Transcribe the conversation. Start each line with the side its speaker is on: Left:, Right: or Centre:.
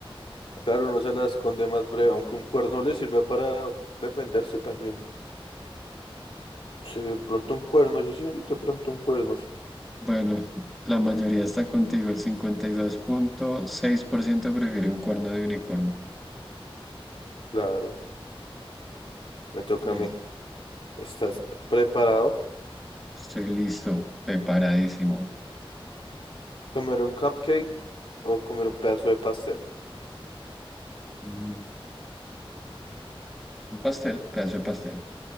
Left: Claro, no se la esconde más breve, aunque un cuerno le sirve para defenderse también. Sí, de pronto un cuerno, yo sí, de pronto un cuerno.
Centre: Bueno, la mayoría está contigo. El cincuenta y dos punto seis por ciento prefiere un cuerno de unicornio.
Left: Claro, me toca
Centre: Listo.
Left: a mí. ¿Estás preparado?
Centre: Estoy listo, preparadísimo.
Left: ¿Comer un cupcake o comer un pedazo de pastel?
Centre: Mm, Un pastel, pedazo de pastel.